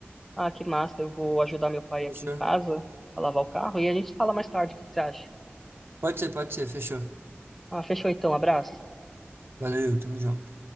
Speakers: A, in the centre; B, on the right.
A: ah, que massa, eu vou ajudar meu pai
B: Fechou?
A: aqui em casa a lavar o carro e a gente fala mais tarde, o que que você acha?
B: Pode ser, pode ser, fechou.
A: Ah, fechou então, abraço.
B: Valeu, tamo junto.